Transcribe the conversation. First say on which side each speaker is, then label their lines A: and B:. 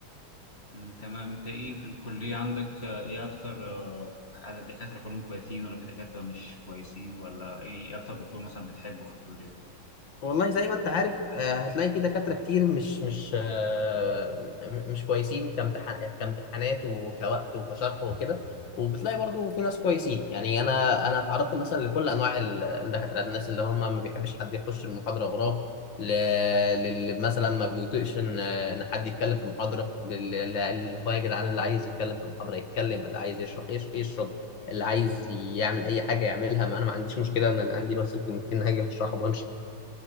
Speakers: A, on the left; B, on the left.
A: مم، تمام انت ايه في الكليه عندك آه ايه اكتر آه هل الدكاتره كلهم كويسين ولا في دكاتره مش كويسين ولا ايه اكتر دكتور مثلا بتحبه في الكليه؟
B: والله زي ما انت عارف آه، هتلاقي في دكاترة كتير مش مش آه، م- مش كويسين كامتحان كامتحانات وكوقت وكشرح وكده وبتلاقي برضو في ناس كويسين يعني انا انا اتعرضت مثلا لكل انواع ال- الدكاترة الناس اللي هم ما بيحبش حد يخش المحاضرة وراه ل- للي مثلا ما بيطيقش ان ان حد يتكلم في المحاضرة لل- اللي هو يا جدعان اللي عايز يتكلم في المحاضرة يتكلم اللي عايز يشرح يش- يشرب اللي عايز يعمل اي حاجة يعملها ما انا ما عنديش مشكلة انا اللي عندي بس الكلمتين هاجي اشرحهم وامشي